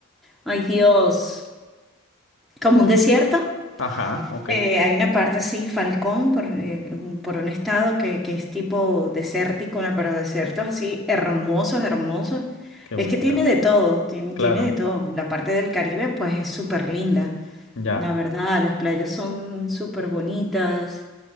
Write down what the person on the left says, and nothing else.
Ajá, ok,
qué bonito.
Claro,
ya,